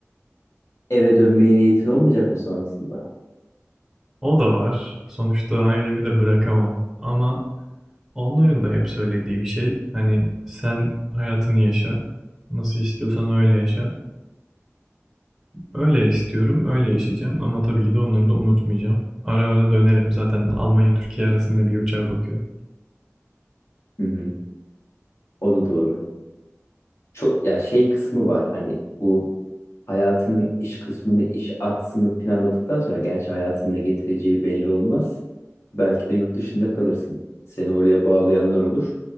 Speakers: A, on the left (about 60°); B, in the centre.
A: Eve dönmeye niyetin olmayacak mı sonrasında?
B: O da var. Sonuçta ailemi de bırakamam. Ama onların da hep söylediği bir şey. Hani sen hayatını yaşa. Nasıl istiyorsan öyle yaşa. Öyle istiyorum, öyle yaşayacağım ama tabii ki de onları da unutmayacağım. Ara ara dönerim. Zaten Almanya Türkiye arasında bir uçağa bakıyor.
A: Hı hı. O da doğru. çok ya şey kısmı var hani bu hayatının iş kısmını iş aksını planladıktan sonra gerçi hayatının ne getireceği belli olmaz. Belki de yurt dışında kalırsın. Seni oraya bağlayanlar olur.